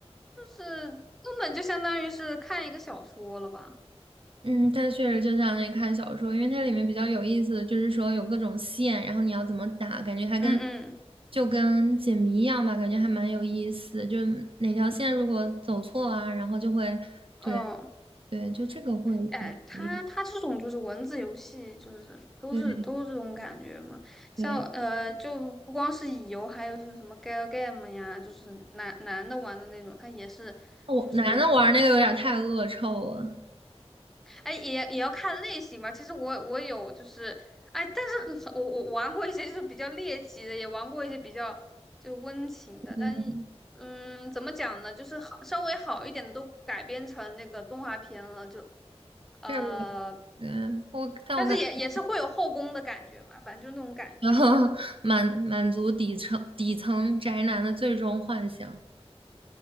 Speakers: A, in the centre; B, on the right (about 55°).
A: 就是根本就相当于是看一个小说了吧？
B: 嗯，它确实就像那看小说，因为它里面比较有意思的就是说有各种线，然后你要怎么打，感觉还跟
A: 嗯嗯
B: 就跟解谜一样吧，感觉还蛮有意思。就是哪条线如果走错啊，然后就会，对
A: 嗯。
B: 对，就这个会比较有意思
A: 哎，它它这种就是文字游戏，就是都是都是这种感觉嘛。
B: 对对，
A: 像呃，就不光是乙游，还有像什么 Gal Game 呀，就是男男的玩的那种，它也是就是
B: 我男的玩那个有点太恶臭了。
A: 哎，也也要看类型吧。其实我我有就是，哎，但是很我我玩过一些就是比较猎奇的，也玩过一些比较就温情的，
B: 对，
A: 但一嗯，怎么讲呢？就是好稍微好一点的都改编成那个动画片了，就呃，
B: 对。个嗯我但我感觉
A: 但是也也是会有后宫的感觉嘛，反正就那种感觉。
B: <laughs> 满满足底层底层宅男的最终幻想